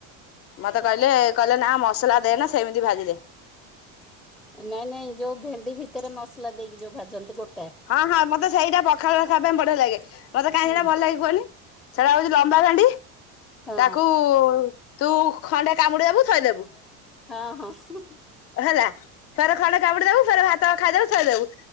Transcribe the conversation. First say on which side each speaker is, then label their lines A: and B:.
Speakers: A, on the left; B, in the centre.
A: ମତେ କହିଲେ କହିଲେ ନା ମସଲା ଦେଏନା ସେମିତି ଭାଜିଦେ।
B: ନାଇଁ ନାଇଁ ଯୋଉ ଭେଣ୍ଡି ଭିତରେ ମସଲା ଦେଇକି ଯୋଉ ଭାଜନ୍ତି ଗୋଟା।
A: ହଁ ହଁ ମତେ ସେଇଟା ପଖାଳରେ ଖାଇବା ପାଇଁ ବଢିଆ ଲାଗେ ମତେ କାଇଁ
B: ହଁ
A: ସେଟା ଭଲ ଲାଗେ କୁହନି। ସେଟା ହଉଛି ଲମ୍ବା ଭେଣ୍ଡି
B: ହଁ
A: ତାକୁ ତୁ ଖଣ୍ଡେ କାମୁଡିଦବୁ ଥୋଇଦବୁ।
B: ହଁ ହଁ ହୁଁ।
A: ହେଲା ଫେରେ ଖଣ୍ଡେ କାମୁଡି ଦବୁ ଫରେ ଭାତ ଖାଇଦବୁ ଥୋଇଦବୁ